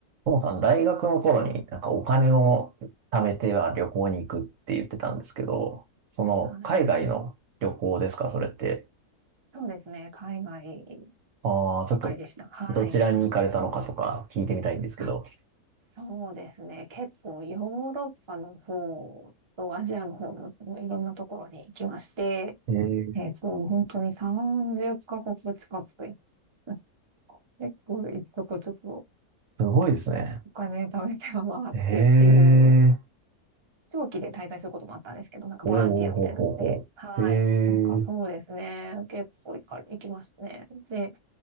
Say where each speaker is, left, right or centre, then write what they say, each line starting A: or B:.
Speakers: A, on the right (about 60°); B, on the right (about 35°).
A: ともさん、大学の頃になんかお金を貯めては旅行に行くって言ってたんですけど、その海外の旅行ですか、
B: はい。
A: それって。
B: そうですね。海外
A: ああ、ちょっとどちらに行かれたのかとか聞いてみたいんですけど。
B: ばっかりでした。はい。あ、そうですね。結構ヨーロッパの方とアジアの方のいろんなところに行きまして、
A: ええ、
B: えっと、本当に30カ国近く行って結構一とこちょっと
A: すごいですね。
B: お金貯めては回ってっていう、
A: へえ、
B: 長期で滞在することもあったんですけど、なんかボランティアみたいなので、
A: おおほうほうほう。
B: はい。
A: へえ、
B: なんかそうですね。結構行か、行きましたね。で、